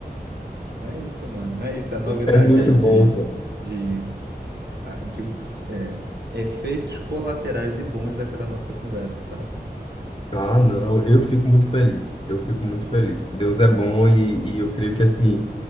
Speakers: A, on the right; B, on the left.
A: É isso, mano. É isso. A novidade
B: É muito
A: aí
B: bom,
A: de, de a- de, é, efeitos colaterais e bons daquela nossa conversa, sabe?
B: Ah, não, eu fico muito feliz. Eu fico muito feliz. Deus é bom e, e eu creio que assim